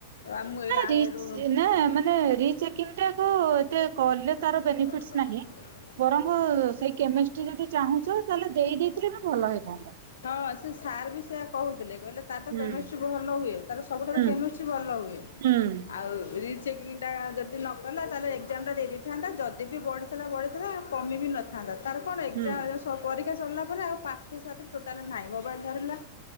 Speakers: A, on the left (about 65°); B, on the right (about 55°).
A: ଆଉ ମୁଁ ଏଇ
B: ନାହିଁ
A: ଆରୁ
B: ଏ ନା ମାନେ ରିଚେକିଙ୍ଗ ଟାକୁ ଏତେ କଲେ ତାର ବେନିଫିଟ୍ସ
A: ହ <inaudible>
B: ବରଂ ସେଇ କେମିଷ୍ଟ୍ରି ଯଦି ଚାହୁଁଚ ତାହେଲେ ଦେଇ ଦେଇଥିଲେ ବି ଭଲ ହେଇଥାନ୍ତା।
A: ହଁ ସେ ସାର୍ ବି ସେୟା କହୁଥିଲେ। କହିଲେ ତାର ତ
B: ହୁଁ
A: କେମିଷ୍ଟ୍ରି ଭଲ ହୁଏ। ତାର ସବୁଠାରୁ
B: ହୁଁ
A: କେମିଷ୍ଟ୍ରି ଭଲ ହୁଏ।
B: ହୁଁ
A: ଆଉ ରିଚ୍ ଚେକିଂଟା ଯଦି ନ କଲା। ତାହେଲେ ଏକ୍ଜାମ ଟା ଦେଇ ଦେଇଥାନ୍ତା। ଯଦି ଯଦି ବଢିଥିଲା ବଢିଥିଲା କମି ବି ନଥାନ୍ତା। ତାର କଣ ଏକ୍ଜାମ
B: ହୁଁ
A: ସ ପରି କ୍ଷା ସରିଲା ପରେ ଆଉ ପାଠ ସାଥିରେ ଟୋଟାଲି ନାହିଁ। ମୋବାଇଲ୍ ଧରିଲା